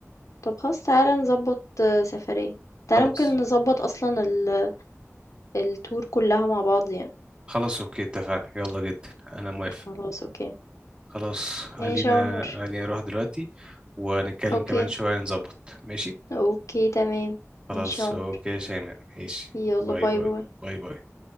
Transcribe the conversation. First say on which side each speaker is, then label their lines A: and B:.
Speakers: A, on the left; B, on the right.
A: طب خلاص تعالى نظبط آه، سفرية
B: خلاص
A: تعالى ممكن نظبط أصلا ال... التور كلها مع بعض يعني
B: خلاص اوكي اتفقنا يلا جدا انا موافق
A: خلاص أوكي
B: خلاص خلينا
A: ماشي يا عمر
B: خلينا نروح دلوقتي ونتكلم
A: أوكي
B: كمان شوية نظبط ماشي
A: أوكي تمام
B: خلاص
A: ماشي يا عمر
B: اوكي يا شيماء ماشي
A: يلا
B: باي
A: باي
B: باي
A: باي
B: باي باي